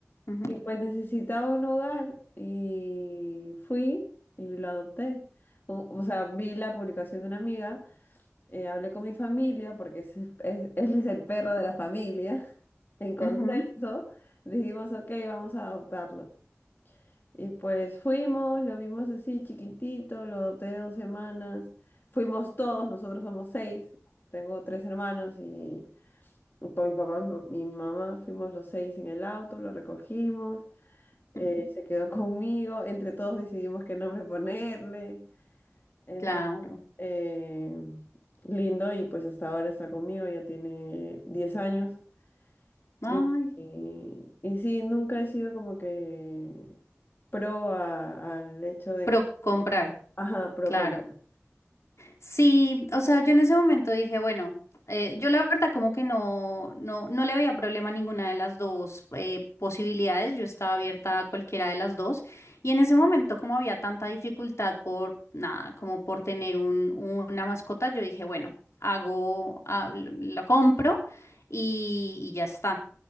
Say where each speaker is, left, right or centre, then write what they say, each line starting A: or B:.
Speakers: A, on the left; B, on the left.
A: ujú,
B: y pues necesitaba un hogar y fui y lo adopté. O, o sea, vi la publicación de una amiga, eh, hablé con mi familia, porque es- es- él es el perro de la familia, <laughs> en consenso,
A: ujú,
B: dijimos, ok, vamos a adoptarlo. Y pues fuimos, lo vimos así chiquitito, lo adopté de dos semanas. Fuimos todos, nosotros somos seis. Tengo tres hermanos y con mi papá, mi, pa- mi mamá, fuimos los seis en el auto, lo recogimos, eh,
A: ujú,
B: se quedó conmigo, entre todos decidimos qué nombre ponerle. Entonces,
A: Claro.
B: eh, lindo y pues hasta ahora está conmigo, ya tiene 10 años.
A: Ay,
B: Y, y, y sí, nunca he sido como que pro a- al hecho de
A: pro comprar.
B: Ajá, pro
A: Claro.
B: compra.
A: Sí, o sea, yo en ese momento dije, bueno, eh, yo la verdad como que no, no, no le veía problema a ninguna de las dos eh, posibilidades, yo estaba abierta a cualquiera de las dos y en ese momento como había tanta dificultad por nada, como por tener un, una mascota, yo dije, bueno, hago, ah, l- la compro y, y ya está.